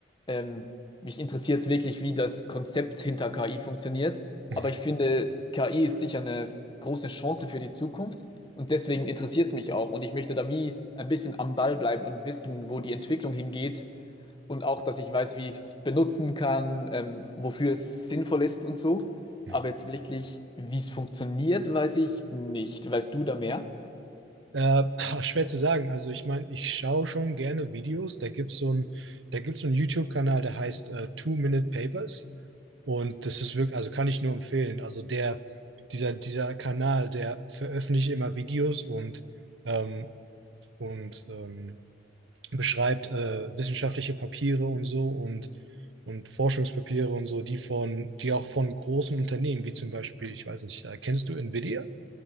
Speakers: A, on the left (about 25°); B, on the right (about 80°).
A: ähm, mich interessiert es wirklich, wie das Konzept hinter KI funktioniert.
B: Mhm.
A: Aber ich finde, KI ist sicher eine große Chance für die Zukunft und deswegen interessiert es mich auch. Und ich möchte da wie ein bisschen am Ball bleiben und wissen, wo die Entwicklung hingeht und auch, dass ich weiß, wie ich es benutzen kann, ähm, wofür es sinnvoll ist und so.
B: Mhm.
A: Aber jetzt wirklich, wie es funktioniert, weiß ich nicht. Weißt du da mehr?
B: Äh, <laughs> schwer zu sagen. Also ich meine, ich schaue schon gerne Videos. Da gibt es so ein, da gibt's so einen YouTube-Kanal, der heißt äh, Two-Minute Papers. Und das ist wirklich, also kann ich nur empfehlen. Also der, dieser, dieser Kanal, der veröffentlicht immer Videos und, ähm, und ähm, beschreibt äh, wissenschaftliche Papiere und so. Und und Forschungspapiere und so, die von, die auch von großen Unternehmen, wie zum Beispiel, ich weiß nicht, äh, kennst du Nvidia?